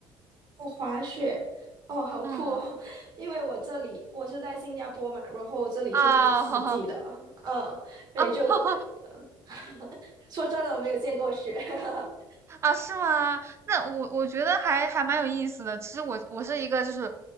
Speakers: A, on the right; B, on the right.
A: 我滑雪，哦，好酷哦！
B: 嗯
A: <laughs> 因为我这里我是在新加坡嘛，然后这里是没有四季的，
B: 啊，<laughs> 哈哈
A: 嗯，所以就，
B: 啊，<laughs>
A: 呃 <laughs> 说真的，我没有见过雪，<laughs>
B: 啊，是吗？那我我觉得还还蛮有意思的。其实我我是一个，就是